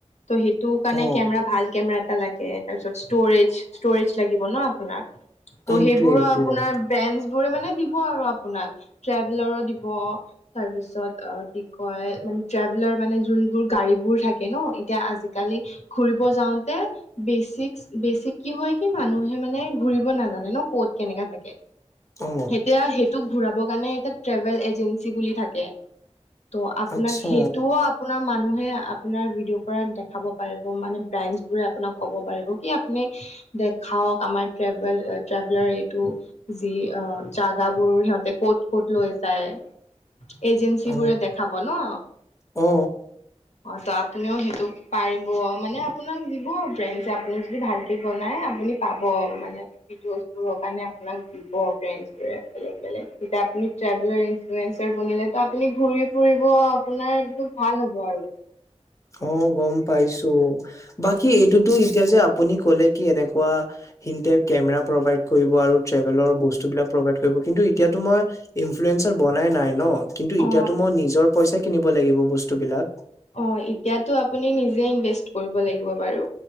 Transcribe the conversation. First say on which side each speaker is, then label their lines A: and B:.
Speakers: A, on the left; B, on the left.
A: ত সেইটো কাৰণে
B: অ
A: কেমেৰা ভাল কেমেৰা লাগে তাৰপিছত ষ্টৰেজ ষ্টৰেজ লাগিব ন আপোনাক ত
B: সেইটোৱে
A: সেইবোৰৰ
B: সেইটোৱে
A: আপোনাৰ ব্ৰেণ্ডন বোৰে মানে দিব আৰু আপোনাক। দিব। তাৰ পাছত আ কি কয়, মানে ট্ৰেভেলাৰ যোন গাড়ী বোৰ থাকে ন এতিয়া আজিকালি ঘুৰিব যাওঁতে বেচিক বেচিক হয় কি মানুহে মানে ঘূৰিব নাজানে ন কত কেনেকা থাকে
B: অ
A: এতিয়া সেইটোক ঘূৰাবৰ কাৰণে এটা ট্ৰেভেল এজেঞ্চি বুলি থাকে। ত' আপোনাক
B: আচ্ছা
A: সেইটোও আপোন মানুহে আপোনাৰ ভিডিঅ' পৰা দেখাব পাৰিব মানে ব্ৰেণ্ড বোৰে আপোনাক ক'ব পাৰিব কি আপুনি দেখাওক আমাৰ ট্ৰেভেলাৰ এইটো যি জাগাবোৰ সিহঁতে ক'ত ক'ত লৈ যায় এজেঞ্চিবোৰে
B: অ
A: দেখাব ন।
B: অ
A: অ ত আপুনিও সেইটো পাৰিব মানে আপোনাক দিব ফ্ৰেণ্ড যে আপোননি যদি ভালকৈ বনায় আপুনি পাব মানে ভিডিঅ'জবোৰৰ কাৰণে আপোনাক দিব ফ্ৰেণ্ডছ বোৰে বেলেগ বেলেগ এতিয়া আপুনিভেল্ বনিলেটো আপুনি ঘূৰি ফুৰি ফুৰিব আপোনাৰ এক ভাল হ'ব আৰু
B: অ গম পাইছো
A: অ
B: বাকী এইটোতো এতিয়া যে আপুনি কলে কি এনে তেনেকোৱা হিনটাইপ কেমেৰা প্ৰভাইড কৰিব আৰু ট্ৰেভেলৰ বস্তু বিলাক প্ৰভাৱ কৰিব কিন্তু এতিয়া টো মই ইনফ্লেৰ বনাই নাই ন। কিন্তু
A: অ
B: এতিয়াতো মই নিজৰ পইচাই কিনিব লাগিব বস্তুবিলাক।
A: অ এতিয়াটো আপুনি নিযে ইনভেষ্ট কৰিব লাগিব বাৰু